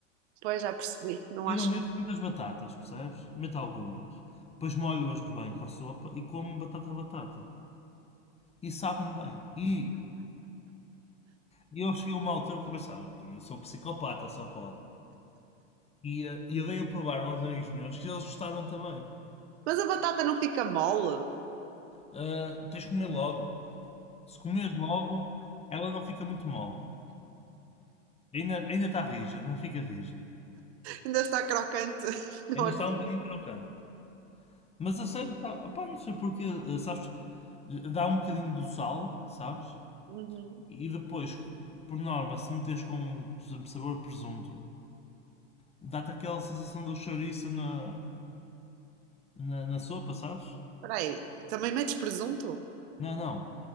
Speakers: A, on the right (about 60°); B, on the left (about 15°).
A: Pois, já percebi, não
B: Eu
A: acho.
B: não meto muitas batatas, percebes? Meto algumas. Depois molho-as bem com a sopa e como batata a batata. E sabe-me bem. E eu cheguei a uma altura que eu pensava, eu sou psicopata, só pode. E eh, eu dei a provar a uns amigos meus que eles gostaram também.
A: Mas a batata não fica mole.
B: Ah, tens de comer logo. Se comeres logo, ela não fica muito mal. Ainda, ainda está rija, não fica rija.
A: Ainda está crocante. <laughs> Não
B: Ainda
A: acredito.
B: está um bocadinho trocando. Mas a sério, sabe, opá, não sei porquê ah, sabes, dá um bocadinho do sal, sabes?
A: Uhum.
B: E depois, por norma, se meteres com, por exemplo, sabor a presunto, dá-te aquela sensação do chouriço na, na, na sopa, sabes?
A: Espera aí, também metes presunto?
B: Não, não.